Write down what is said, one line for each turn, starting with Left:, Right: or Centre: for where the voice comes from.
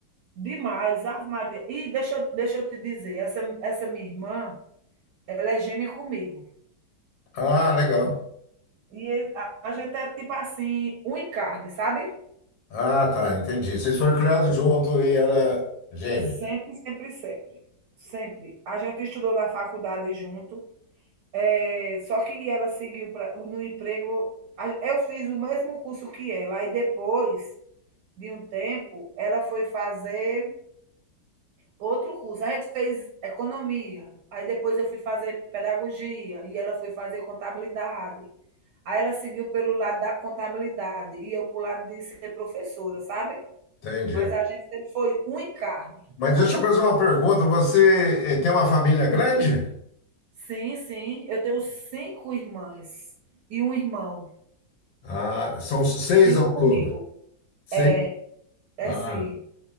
Right: Demais, Ave Maria. E deixa eu deixa eu te dizer, essa essa minha irmã, ela é gêmea comigo.
Left: Ah, legal.
Right: E a a gente é tipo assim, um em carne, sabe?
Left: Ah, tá, entendi. Vocês foram criados junto e era gêmea.
Right: Sempre, sempre, sempre. Sempre. A gente estudou na faculdade junto. É, só que ela seguiu pra, no emprego. Eu fiz o mesmo curso que ela, e depois de um tempo, ela foi fazer outro curso. A gente fez economia, aí depois eu fui fazer pedagogia, e ela foi fazer contabilidade. Aí ela seguiu pelo lado da contabilidade, e eu para lado de ser professora, sabe?
Left: Entendi.
Right: Mas a gente sempre foi um em carne.
Left: Mas deixa eu fazer uma pergunta. Você eh, tem uma família grande?
Right: Sim, sim, eu tenho cinco irmãs e um irmão,
Left: Ah, são seis
Right: cinco
Left: ao
Right: comigo.
Left: todo. Seis.
Right: É. É
Left: Ah.
Right: sim.